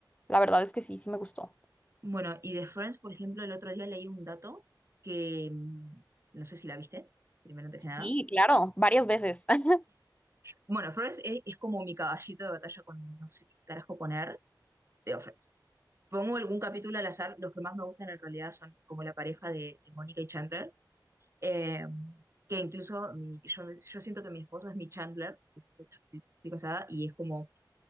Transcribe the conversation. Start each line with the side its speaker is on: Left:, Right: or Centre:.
Left: La verdad es que sí, sí me gustó.
Right: Bueno, y de Friends, por ejemplo, el otro día leí un dato que mm, no sé si la viste, primero antes que nada.
Left: Sí, claro, varias veces. <laughs>
Right: Bueno, Friends es, es como mi caballito de batalla con no sé qué carajo poner de Office. Pongo algún capítulo al azar, los que más me gustan en realidad son como la pareja de, de Mónica y Chandler, eh, que incluso mi- yo, yo siento que mi esposo es mi Chandler, estoy, estoy casada, y es como,